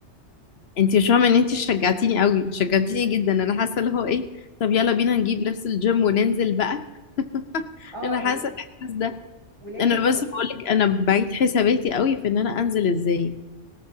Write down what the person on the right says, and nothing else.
اه
انت
ولازم
برضه